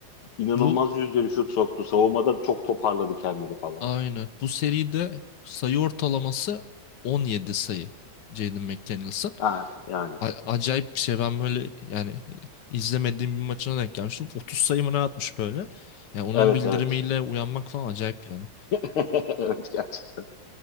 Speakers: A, on the left; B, on the left.
A: İnanılmaz
B: Bu
A: yüzdeli şut soktu. Savunmada çok toparladı kendini falan.
B: aynen. Bu seride sayı ortalaması 17 sayı. Jaden McDaniels'ın.
A: Ha, yani.
B: A- acayip bir şey. Ben böyle yani izlemediğim bir maçına denk gelmiştim. 30 sayı mı ne atmış böyle. Ya onun
A: Evet
B: bildirimiyle
A: evet.
B: uyanmak falan acayip yani.
A: <laughs> Evet gerçekten.